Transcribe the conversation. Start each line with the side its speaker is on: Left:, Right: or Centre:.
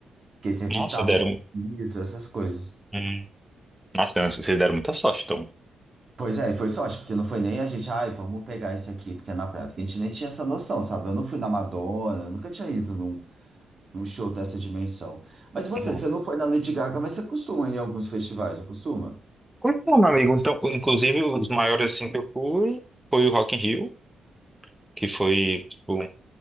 Right: que eles revistavam
Centre: Nossa, deram.
Right: pedidos, essas coisas.
Centre: Hum. Nossa, deram vocês deram muita sorte, então.
Right: Pois é, e foi sorte, porque não foi nem a gente, ai, vamos pegar esse aqui, porque é na praia, porque a gente nem tinha essa noção, sabe? Eu não fui na Madonna, eu nunca tinha ido num, num show dessa dimensão. Mas você,
Centre: Não.
Right: você não foi na Lady Gaga, mas você costuma ir em alguns festivais, não costuma?
Centre: Pois não, meu amigo. Então, inclusive, os maiores assim que eu fui foi o Rock in Rio, que foi. tipo,